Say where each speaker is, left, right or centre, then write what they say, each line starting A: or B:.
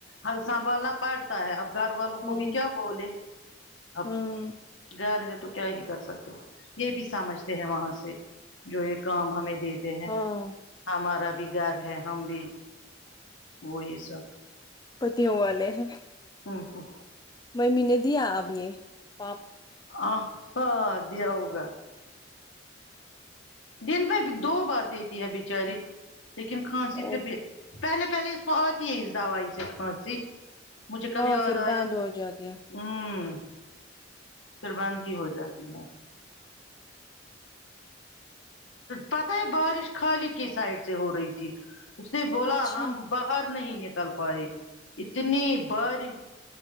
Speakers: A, on the left; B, on the left.
A: ہل سنبالنا پڑھ تا ہے اب گھر والوں
B: ہوں
A: کو بھی کیا بولے اب
B: ہوں
A: گھر ہے تو کیا ہی کر سکتے یہ بھی سمجھتے ہیں وہاں سے جو یہ کام ہمیں دیتے ہیں
B: ہاں
A: ہمارا بھی گھر ہے ہم بھی وہ یہ سب
B: پتیوں والے ہیں
A: ہاں ہاں
B: ممی نے دیا اب یہ آپ
A: آ ہاں دیا ہوگا دن بھر دو بار دیتی ہے بیچاری لیکن کھانسی
B: او
A: پھر بھی پہلے پہلے آتی ہے دوائی سے کھانسی مجھے کل
B: ہاں
A: یاد
B: پھر بند
A: آیا
B: ہو جاتے ہیں
A: ہمم پھر باند بھی ہو جاتی ہے پتہ ہے بارش خالی کے سائڈ سے ہو رہی تھی اس نے بولا
B: اچھا
A: ہم باہر نہیں نکل پائے اتنی بارش